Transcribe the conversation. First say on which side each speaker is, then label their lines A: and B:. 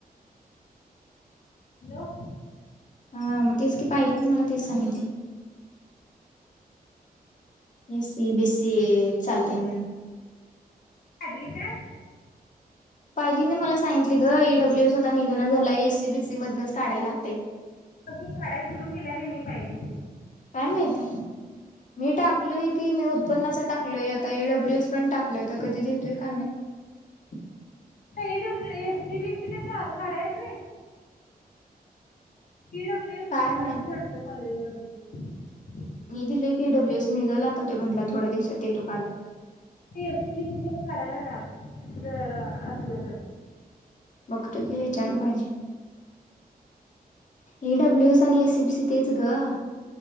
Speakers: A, on the left; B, on the left.
A: हॅलो
B: हा म तेच की पायलि पण मला तेच सांगितली. एस सी बीस्सि चालतय म्हणून
A: आडली काय
B: पायलीन मला सांगितली गं ई डब्ल्यू स आता निघणा झालय एस सी बीस्सि मधनच काढाय लागतय.
A: म ती काडाय सुरू केल्या क नई पायली?
B: काय माहित मी टाकलोय की मी उत्पन्नाचा टाकलोय, आता ई डब्ल्यू एस पण टाकलोय, आता कधी देतोय काय महीत
A: ता E W S S C B C <unintelligible> काढाय येत नई. ई डब्ल्यू एस
B: काय
A: घेणात
B: माहित
A: वाडत कॉलेज म <unintelligible>
B: मी दिलय. टी डब्ल्यू एस निगल आ तर तो म्हणला थोड्या दिवसात देतो काड
A: ते एस सी बी सी पण काढायला टाक जर असलं
B: बगतो की विचारल पाहिजे. ई डब्ल्यू एस आणि एस सी बीस्सि तेच गं.